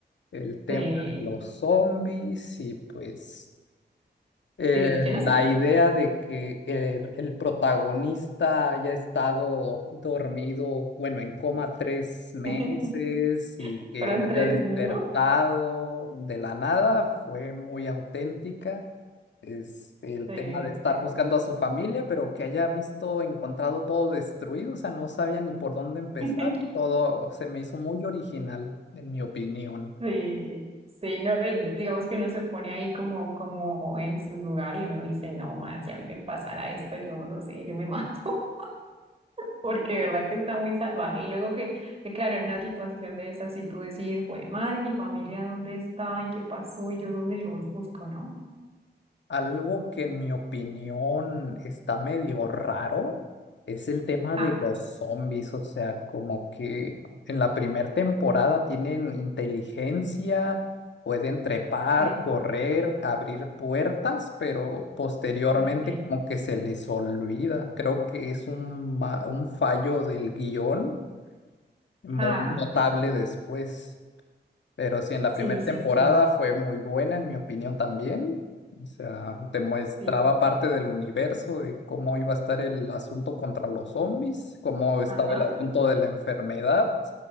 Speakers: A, on the left; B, on the right.
A: el tema
B: Sí,
A: de los zombies y pues eh,
B: sí, yo
A: la
B: no sé.
A: idea de que el, el protagonista haya estado dormido, bueno, en coma tres meses
B: <laughs>
A: y que
B: Fueron
A: haya
B: tres,
A: despertado
B: ¿no?
A: de la nada fue muy auténtica. Este, el
B: Sí,
A: tema de estar
B: sí.
A: buscando a su familia, pero que haya visto, encontrado todo destruido, o sea, no sabía ni por dónde empezar.
B: <laughs>
A: Todo se me hizo muy original, en mi opinión.
B: Sí, sí, no, y digamos que uno se pone ahí como, como en su lugar y uno dice, no más, si a mí me pasara esto, yo no sé, yo me mato, <laughs> porque de verdad que está muy salvaje. Y luego que, que claro, en una situación de esas, si tú decir, güey, madre, mi familia, ¿dónde está? ¿Y qué pasó? ¿Y yo dónde los busco? ¿No?
A: Algo que en mi opinión está medio raro es el tema
B: Ja,
A: de los zombies, o sea, como que en la primera temporada tienen inteligencia, pueden trepar,
B: sí,
A: correr, abrir puertas, pero posteriormente
B: sí, sí,
A: como que se les olvida. Creo que es un, ma- un fallo del guión muy
B: ja,
A: notable después. Pero sí, en la
B: sí,
A: primera
B: sí,
A: temporada
B: es cierto,
A: fue muy buena, en mi opinión también. O sea, te mostraba
B: sí,
A: parte del universo, de cómo iba a estar el asunto contra los zombies, cómo estaba
B: ajá,
A: el asunto de la enfermedad,